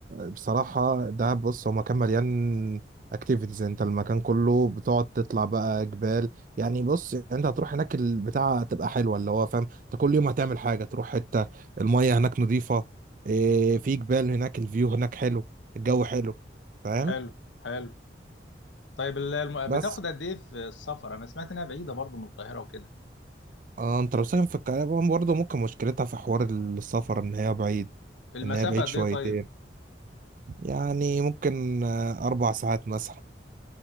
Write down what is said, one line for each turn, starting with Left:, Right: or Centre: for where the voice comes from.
Right: بصراحة ده بص هو مكان مليان اكتيفيتيز انت المكان كله بتقعد تطلع بقى جبال يعني بص انت هتروح هناك البتاعة تبقى حلوة اللي هو فاهم انت كل يوم هتعمل حاجة تروح حتة المية هناك نظيفة ايه في جبال هناك الفيو هناك حلو الجو حلو فاهم
Left: حلو حلو طيب ال- الم...
Right: بس
Left: بتاخد قد ايه في السفر انا سمعت انها بعيده برضو من القاهره وكده
Right: اه انت لو ساكن في القاهرة برضه ممكن مشكلتها في حوار السفر ان هي بعيد
Left: المسافه
Right: ان هي بعيد
Left: قد
Right: شويتين
Left: ايه طيب
Right: يعني ممكن آه، اربع ساعات مثلا